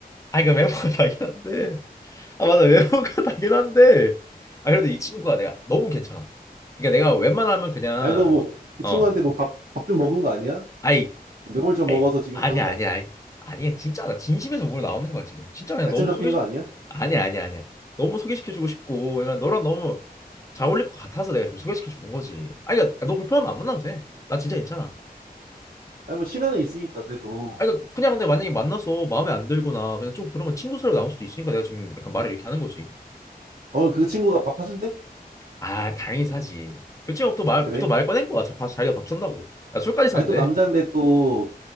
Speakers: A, on the left; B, on the right.
A: 아니 그 외모가 <laughs> 다긴 한데 아 맞아 외모가 <laughs> 당연한데 아 그래도 이 친구가 내가 너무 괜찮아 그러니까 내가 웬만하면 그냥
B: 아니 너 뭐
A: 뭐,
B: 그
A: 어
B: 친구한테 뭐 밥 밥 좀 먹은 거 아니야?
A: 아이
B: 뭐 뇌물 좀
A: 아이
B: 먹어서 지금
A: 아니야
B: 그러는 거
A: 아니야
B: 아니야?
A: 아이 아니야 진짜 나 진심에서 우러 나오는 거야 지금 진짜 그냥
B: 약점
A: 너무
B: 잡힌
A: 소개시
B: 거 아니야?
A: 아니야 아니야 아니야 너무 소개시켜주고 싶고 그냥 너랑 너무 잘 어울릴 것 같아서 내가 지금 소개시켜주는 거지 아 그러니까 아, 너 불편하면 안 만나도 돼 나 진짜 괜찮아
B: 아니 뭐 시간은 있으니까 그래도
A: 아 그러니까 그냥 근데 만약에
B: 음.
A: 만나서 마음에 안 들거나 그냥 좀 그러면 친구 사로 나올 수도 있으니까 내가 지금 약간 말을 이렇게 하는 거지
B: 어 그 친구가 밥 사준대?
A: 아, 당연히 사지. 그 친구 또 말,
B: 그래?
A: 또 말 꺼낸 거야. 저 밥, 자기가 밥 산다고. 야, 술까지 산대.
B: 아니 또 남자인데 또